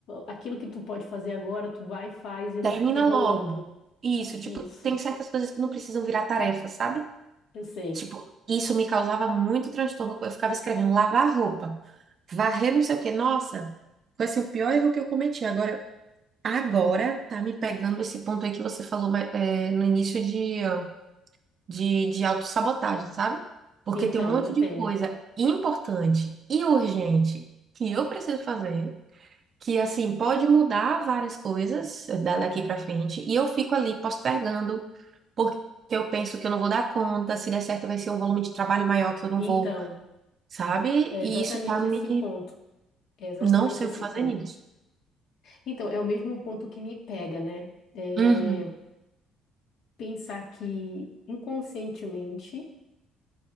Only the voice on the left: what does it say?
Aquilo que tu pode fazer agora, tu vai, faz e não
fica enrolando.
Isso,
eu sei.
Então,
eu tenho.
Então,
é
exatamente
esse ponto. É exatamente
esse
ponto.
Então, é o mesmo ponto que me pega, né? É
pensar que inconscientemente